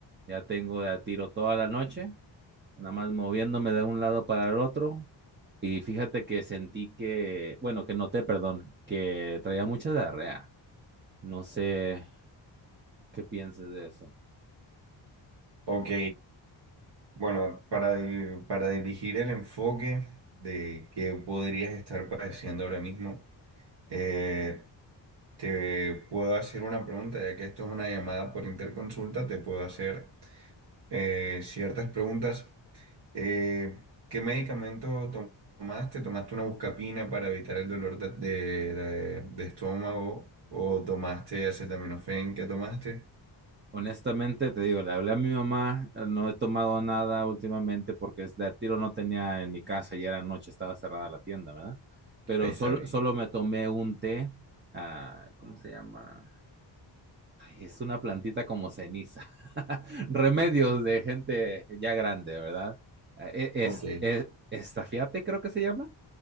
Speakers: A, on the right; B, on the right.
A: Ya tengo de a tiro toda la noche nada más moviéndome de un lado para el otro. Y fíjate que sentí que, bueno, que noté, perdón, que traía mucha diarrea. No sé qué pienses de eso.
B: Ok, bueno, para, di- para dirigir el enfoque de qué podrías estar padeciendo ahora mismo, eh, te puedo hacer una pregunta, ya que esto es una llamada por interconsulta, te puedo hacer eh, ciertas preguntas. Eh, ¿qué medicamento to- tomaste? ¿Tomaste una buscapina para evitar el dolor de, de- de- de estómago? ¿O tomaste acetaminofén? ¿Qué tomaste?
A: Honestamente, te digo, le hablé a mi mamá, no he tomado nada últimamente porque es de a tiro no tenía en mi casa y era noche, estaba cerrada la tienda, ¿verdad? Pero
B: Está
A: solo,
B: bien.
A: solo me tomé un té, ah, ¿cómo se llama? Ay, es una plantita como ceniza. <laughs> Remedios de gente ya grande, ¿verdad? Eh, Es,
B: Ok,
A: es- e, estafiate, creo que se llama.